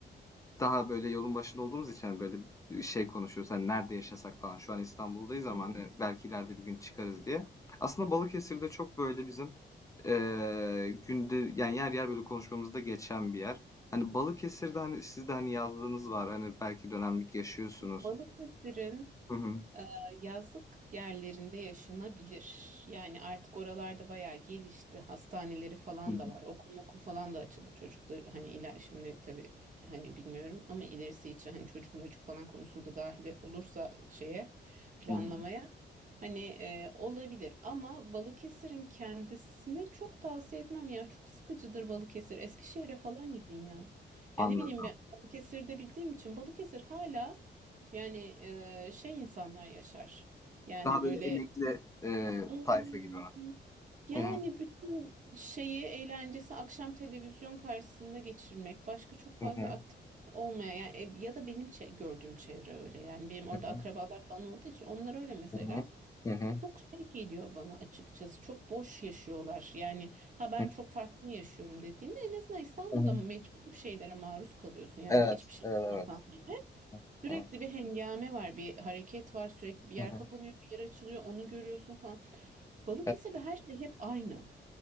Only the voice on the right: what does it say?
Hı.
Balıkesir'in
Ee, Yazlık yerlerinde yaşanabilir. Yani artık oralarda bayağı gelişti. Hastaneleri falan
da var. Okul okul falan da açıldı çocuklar. Hani ila şimdi tabii hani bilmiyorum ama ilerisi için hani çocuk mocuk falan konusunda dahil olursa şeye planlamaya
hani e, olabilir. Ama Balıkesir'in kendisini çok tavsiye etmem ya. Çok sıkıcıdır Balıkesir. Eskişehir'e falan gidin ya.
Yani ne bileyim ben Balıkesir'de bildiğim için Balıkesir hala yani eee, şey insanlar yaşar. Yani
böyle
"Hmm,
yani
bütün şeyi eğlencesi akşam televizyon karşısında geçirmek. Başka çok fazla
aktif olmayan yani, e, ya da benim çe- gördüğüm çevre öyle. Yani benim orada
akrabalar falan olduğu için onlar öyle mesela.
Çok şey geliyor bana açıkçası. Çok boş yaşıyorlar. Yani ha ben
çok farklı mı yaşıyorum dediğinde en azından İstanbul'da
mecbur bir şeylere maruz kalıyorsun. Yani
hiçbir şey
yapmasan bile. Sürekli
bir hengame var, bir hareket var, sürekli bir yer
kapanıyor, bir yer açılıyor, onu görüyorsun falan. Balıkesir'de
her şey hep aynı.